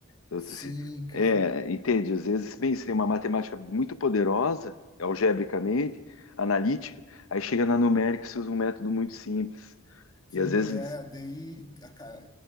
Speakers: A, on the left; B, on the left.
A: eu
B: Sim,
A: disse, assim,
B: cara,
A: É, entende? Às vezes, bem, seria uma matemática muito poderosa, algebricamente, analítica, aí chega na numérica e se usa um método muito simples.
B: sim,
A: E às vezes,
B: é, daí a ca-